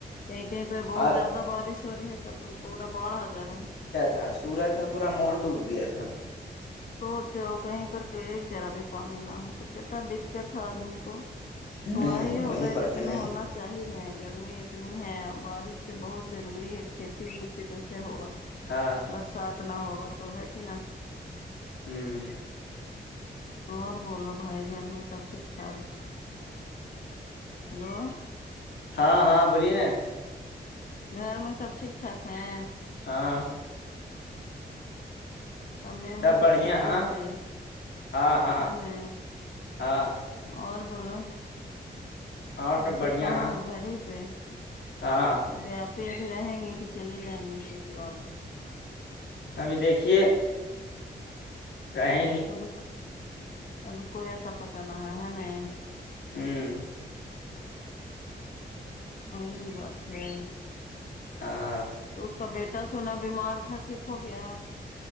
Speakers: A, on the left; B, on the left.
A: کہیں کہیں پے
B: اور
A: بہت زیادہ بارش ہو رہی ہے تب ہی پورا باڑ آجا راہا
B: ہاں سورت میں پورا مال ڈوب گیا تھا
A: سوچو کہیں پر ایک ذرا بھی پانی نہ ہو تو کتنا دقت ہے آدمی کو
B: ہوں
A: تھوڑا ہی ہو
B: وہی
A: گئے
B: بات
A: لیکن
B: ہے نا
A: ہونا چاہیے نہیں گرمی اتنی ہے بارش سے بہت ضروری ہے کھیتی وتی کیسے ہوگا
B: ہاں
A: برسات نہ ہوگا تو ہے کی نا
B: ہمم
A: اور بولو بھائی گھر میں سب ٹھیک ٹھاک ہلو
B: ہاں ہاں بولیے نا
A: گھر میں سب ٹھیک ٹھاک ہے
B: ہاں
A: امی ومی سب
B: بڑھیا
A: خریت
B: ہاں
A: ہے
B: ہاں ہاں
A: ہے نا
B: ہاں
A: اور بولو
B: اور
A: ابھی
B: سب بڑھیا
A: کہاں
B: ہاں
A: ہے گھر ہی پے
B: ہاں
A: یہا پے ابھی رہیں گی کی چلے جائیں گے سسرال کو
B: ابھی دیکھیے رہیں گے
A: آپ کو آپ کو یہ ٹو پتہ نہ ہے نہیں
B: ہوں
A: وہی بات ہے
B: ہاں
A: آپ کا بیٹا سنا بیمار تھا ٹھیک ہو گیا